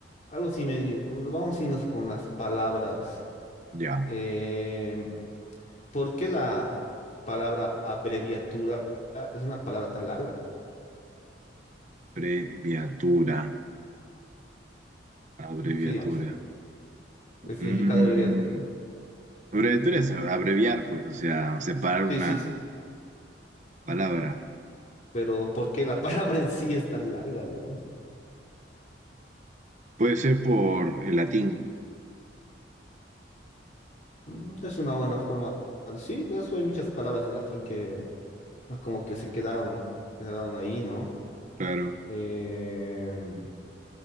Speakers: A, on the left; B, on the right.
A: algo sí medio. Vamos a irnos con las palabras.
B: Ya.
A: Eh, ¿por qué la palabra abreviatura es una palabra tan larga?
B: Abreviatura. Abreviatura.
A: Sí, digamos,
B: Mm,
A: el significado de abreviatura.
B: abreviatura es abreviar, pues, o sea, separar
A: Sí,
B: una
A: sí, sí.
B: palabra.
A: Pero ¿por qué la <laughs> palabra en sí es tan larga, digamos?
B: Puede ser por el latín,
A: Mm, Es una buena forma. Sí, eso hay muchas palabras de latín que es como que se quedaron, quedaron ahí, ¿no?
B: claro.
A: Eh,